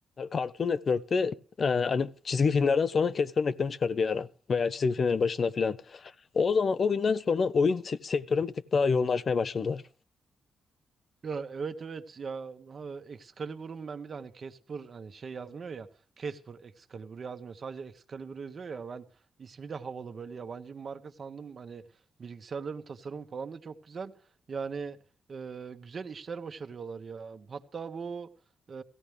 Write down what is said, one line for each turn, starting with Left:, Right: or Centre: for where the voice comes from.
Left: Cartoon Network'te e, hani çizgi filmlerden sonra Casper'ın reklamı çıkardı bir ara. Veya çizgi filmlerin başında filan. O zaman o günden sonra oyun se- sektörüne bir tık daha yoğunlaşmaya başladılar.
Right: Ya evet evet ya ha, Excalibur'un ben bir de hani Casper hani şey yazmıyor ya Casper Excalibur yazmıyor sadece Excalibur yazıyor ya ben ismi de havalı böyle yabancı bir marka sandım hani bilgisayarların tasarımı falan da çok güzel yani e, güzel işler başarıyorlar ya hatta bu e,